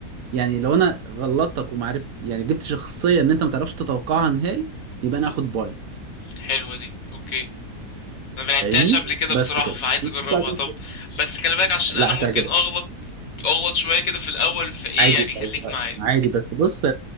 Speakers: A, on the right (about 65°); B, on the left (about 65°).
A: يعني لو انا غلطتك وما عرفت يعني جبت شخصيه ان انت ما تعرفش تتوقعها نهائي يبقى انا اخد بوينت
B: حلوه دي اوكي انا ملعبتهاش
A: فاهمني
B: قبل كده
A: بس
B: بصراحه
A: كده
B: فعايز اجربها
A: وبعدين
B: طب بس خلي بالك عشان
A: لا
B: انا ممكن
A: هتعجبك
B: اغلط اغلط شويه كده في الاول فايه
A: عادي
B: يعني خليك
A: لو-
B: معايا
A: عادي بس بص